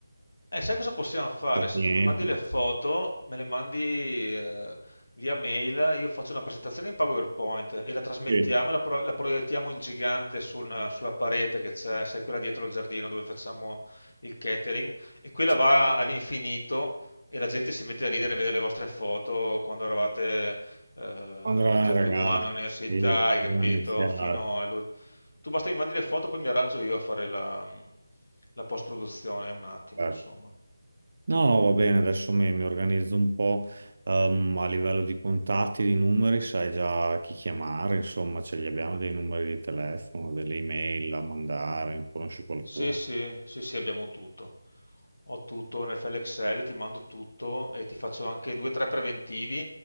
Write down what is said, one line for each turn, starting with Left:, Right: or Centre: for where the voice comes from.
Left: Eh, sai cosa possiamo fare?
Right: eh,
Left: Se
Right: niente.
Left: tu mi mandi le
Right: eh.
Left: foto, me le mandi eh, via mail, io faccio una presentazione in PowerPoint e la trasmettiamo
Right: Sì,
Left: e la, pro- la proiettiamo in gigante sul- sulla parete che c'è, sai, quella dietro il giardino dove facciamo il catering, e quella
Right: sì,
Left: va all'infinito e la gente si mette a ridere e vede le vostre foto quando eravate eh,
Right: Quando
Left: anche
Right: eravamo
Left: al
Right: ragazzi,
Left: primo anno all'università,
Right: sì,
Left: hai
Right: quando
Left: capito?
Right: iniziato.
Left: Fino all'ult- Tu basta che mi mandi le foto, poi mi arrangio io a fare la la post-produzione, un attimo,
Right: Certo.
Left: insomma.
Right: No, va bene, adesso mi, mi organizzo un po' ehm, a livello di contatti, di numeri, sai già chi chiamare, insomma, ce li abbiamo dei numeri di telefono, delle email da mandare, conosci qualcuno?
Left: Sì, sì, sì, sì, abbiamo tutto. Ho tutto nel file Excel, ti mando tutto e ti faccio anche due o tre preventivi,